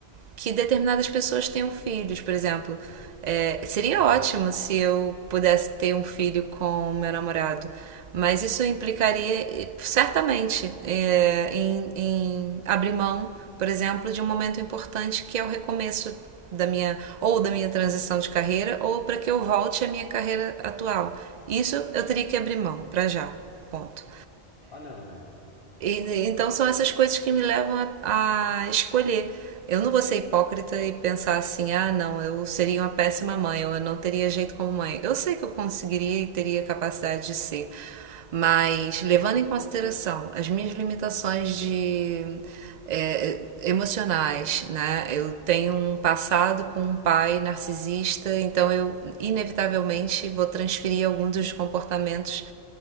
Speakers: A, on the right; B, on the left.
A: que determinadas pessoas tenham filhos, por exemplo. É, seria
B: É.
A: ótimo se eu pudesse ter um filho com meu namorado, mas isso implicaria certamente é, em, em abrir mão, por exemplo, de um momento importante que é o recomeço da minha ou da minha transição de carreira ou para que eu volte à minha carreira atual. Isso eu teria que abrir mão para já. Ponto.
B: Ah, não, é.
A: E, então são essas coisas que me levam a, a escolher. Eu não vou ser hipócrita e pensar assim, ah, não, eu seria uma péssima mãe, ou eu não teria jeito como mãe. Eu sei que eu conseguiria e teria capacidade de ser, mas levando em consideração as minhas limitações de é, emocionais, né? Eu tenho um passado com um pai narcisista, então eu inevitavelmente vou transferir alguns dos comportamentos